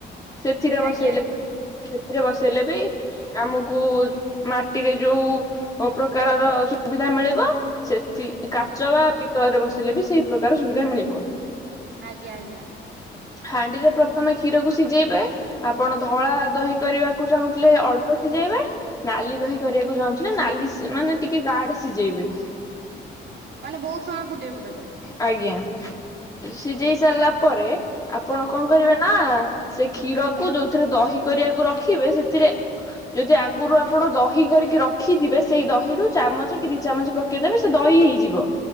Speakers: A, on the left; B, on the right.
A: ସେଥିରେ ବସେଇଲେ
B: ଆଜ୍ଞା
A: ସେଥିରେ ବସେଇଲେ ବି ଆମକୁ ମାଟିରେ ଯୋଉ ପ୍ରକାରର ସୁବିଧା ମିଳିବ ସେଠି କାଚ ବା ପିତଳରେ ବସିଲେ ବି ସେଇ ପ୍ରକାର ସୁବିଧା ମିଳିବ।
B: ଆଜ୍ଞା-ଆଜ୍ଞା।
A: ହାଣ୍ଡିରେ ପ୍ରଥମେ କ୍ଷୀରକୁ ସିଝେଇବେ। ଆପଣ ଧଳା ଦହି କରିବାକୁ ଚାହୁଁଥିଲେ ଅଳ୍ପ ସିଝେଇବେ। ନାଲି ଦହି କରିବାକୁ ଚାହୁଁଥିଲେ ନାଲି ମାନେ ଟିକେ ଗାଢ ସିଝେଇବେ।
B: ମାନେ ବହୁତ ସମୟ ଫୁଟେଇବୁ ତାକୁ।
A: ଆଜ୍ଞା, ସିଝେଇ ସାରିଲା ପରେ ଆପଣ କଣ କରିବେ ନା ସେ କ୍ଷୀରକୁ ଯୋଉଥିରେ ଦହି କରିବାକୁ ରଖିବେ ସେଥିରେ ଯଦି ଆଗରୁ ଆପଣ ଦହି କରିକି ରଖିଥିବେ ସେଇ ଦହିରୁ ଚାମଚେ କି ଦି ଚାମଚେ ପକେଇଦେବେ ସେ ଦହି ହେଇଯିବ